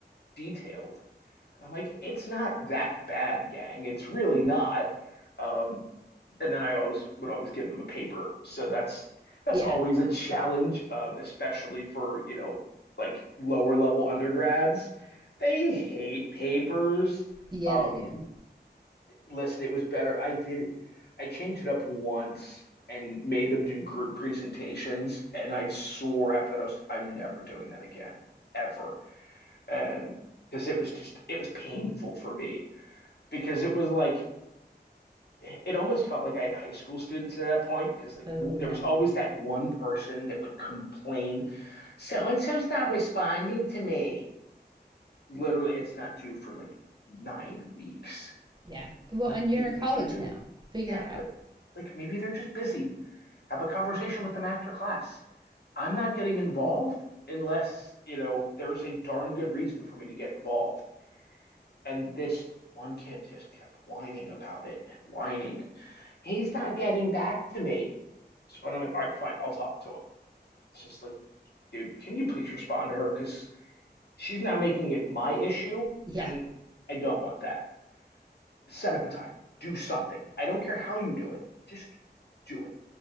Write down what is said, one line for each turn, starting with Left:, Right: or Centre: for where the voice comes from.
Left: detailed. And I'm like, it's not that bad, gang. It's really not. Um, and then I always would always give them a paper. So that's that's
Right: Yeah.
Left: always a challenge, um, especially for, you know, like lower level undergrads. They hate papers.
Right: Yeah,
Left: Um,
Right: they do.
Left: listen, it was better. I did, I changed it up once and made them do group presentations, and I swore after that I was, I'm never doing that again, ever. And because it was just, it was painful for me because it was like, it almost felt like I had high school students at that point because like
Right: Oh,
Left: w
Right: yeah.
Left: there was always that one person that would complain, so and so's not responding to me. Literally, it's not due for like nine weeks.
Right: Yeah. Well,
Left: Like
Right: and
Left: maybe,
Right: you're in college
Left: maybe they're
Right: now. Figure
Left: Yeah,
Right: it out.
Left: like like maybe they're just busy. Have a conversation with them after class. I'm not getting involved unless, you know, there's a darn good reason for me to get involved. And this one kid just kept whining about it and whining and he's not getting back to me. So I'm like, all right, fine, I'll talk to him. It's just like, dude, can you please respond to her? Because she's now making it my issue,
Right: Yeah.
Left: and I don't want that. Set up a time, do something. I don't care how you do it, just do it.